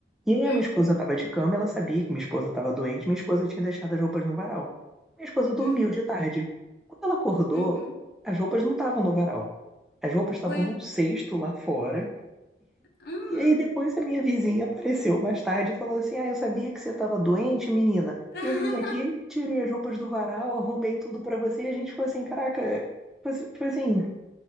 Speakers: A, in the centre; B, on the left.
A: E aí a
B: uhum,
A: minha esposa tava de cama, ela sabia que minha esposa tava doente, minha esposa tinha deixado as roupas no varal. Minha esposa dormiu
B: uhum,
A: de tarde. Quando ela acordou,
B: uhum.
A: as roupas não estavam no varal. As roupas
B: Ué,
A: estavam num cesto lá fora.
B: ah.
A: E aí depois a minha vizinha apareceu mais tarde e falou assim: Ah, eu sabia que você tava doente, menina.
B: <laughs>
A: Eu vim aqui, tirei as roupas do varal, arrumei tudo pra você. E a gente ficou assim: Caraca, foi assim, tipo assim,